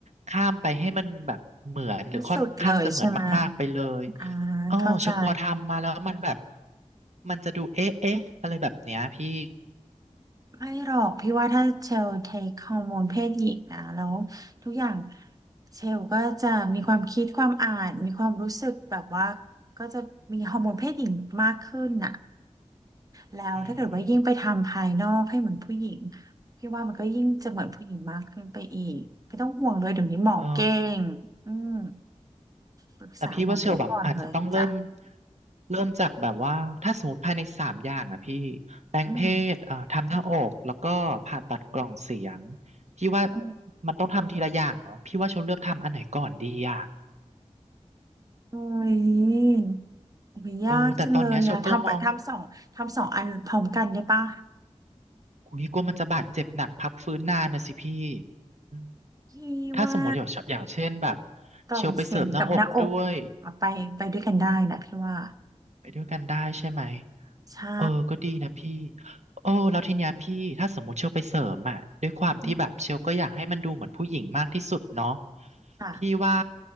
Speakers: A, on the right; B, on the right.
A: ข้ามไปให้มันแบบเหมือนหรือค่อนข้างจะเหมือนมากๆไปเลย
B: ที่สุดเลยใช่ไหมอ่า
A: อ๋อเชลกลัวทำมาแล้วมันแบบ
B: เข้าใจ
A: มันจะดูเอ๊ะเอ๊ะอะไรแบบเนี้ยพี่
B: ไม่หรอกพี่ว่าถ้าเชลเทคฮอร์โมนเพศหญิงนะแล้วทุกอย่างเชลก็จะมีความคิดความอ่านมีความรู้สึกแบบว่าก็จะมีฮอร์โมนเพศหญิงมากขึ้นน่ะแล้วถ้าเกิดว่ายิ่งไปทำภายนอกให้เหมือนผู้หญิง
A: อืม
B: พี่ว่ามันก็ยิ่งจะเหมือนผู้หญิงมากขึ้นไปอีกไม่ต้องห่วงเลยเดี๋ยวนี้หมอเก่งอืม
A: เออ
B: ปรึกษาหมอได้ก่อนเลยจ้ะ
A: แต่พี่ว่าเชลแบบอาจจะต้องเริ่มเริ่มจากแบบว่าถ้าสมมติภายในสามอย่างนะพี่แปลงเพศเอ่อทำหน้าอกแล้วก็ผ่าตัดกล่องเสียง
B: อืม
A: พี่ว่า
B: อืม
A: มันต้องทำทีละอย่างเนาะพี่ว่าเชลเลือกทำอันไหนก่อนดีอ่ะ
B: โอ้ยโอ้ยยากจังเลยอะทำไปทำสองทำสองอันพร้อมกันได้ปะ
A: เออแต่ตอนเนี้ยเชลก็มองคุยกลัวมันจะบาดเจ็บหนักพักฟื้นนานนะสิพี่อืม
B: พี่ว่า
A: ถ้าสมมติอย่างเช่นอย่างเช่นแบบ
B: กล่องเสียงกับหน้าอก
A: เชลไปเสริมหน้าอกด้วย
B: เอาไปไปด้วยกันได้นะพี่ว่า
A: ไปด้วยกันได้ใช่ไหม
B: ใช่
A: เออก็ดีนะพี่โอ้แล้วทีเนี้ยพี่ถ้าสมมติเชลไปเสริมอ่ะด้วยความที่แบบเชลก็อยากให้มันดูเหมือนผู้หญิงมากที่สุดเนาะ
B: อืมค่ะ
A: พี่ว่า